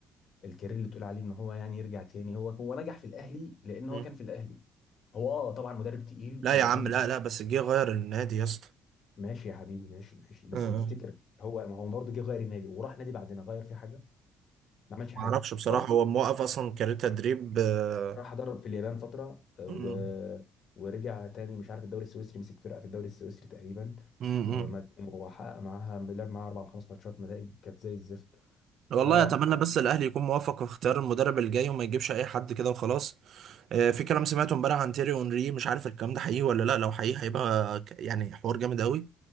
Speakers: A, on the left; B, on the right.
A: الكارير اللي تقول عليه ان هو يعني يرجع تاني هو هو نجح في الاهلي لان
B: مم.
A: هو كان في الاهلي هو اه طبعا مدرب تقيل
B: لا
A: وعنده
B: يا عم لا لا بس جه غير النادي يا اسطى
A: ماشي يا حبيبي ماشي ماشي بس
B: اه
A: تفتكر هو ما هو برضه جه غير النادي وراح نادي بعدنا غير فيه حاجه ما عملش حاجه
B: ما اعرفش بصراحه
A: برضه
B: هو موقف اصلا كارير تدريب آه،
A: راح ادرب في اليابان فتره آه،
B: مم.
A: و... ورجع تاني مش عارف الدوري السويسري مسك فرقه في الدوري السويسري تقريبا
B: مم.
A: وما وحقق معاها لعب معاها اربع أو خمس ماتشات نتائج كانت زي الزفت
B: والله
A: ف
B: اتمنى بس الاهلي يكون موفق في اختيار المدرب الجاي وما يجيبش اي حد كده وخلاص آه، في كلام سمعته امبارح عن تيري اونري مش عارف الكلام ده حقيقي ولا لا لو حقيقي هيبقى ك- يعني حوار جامد قوي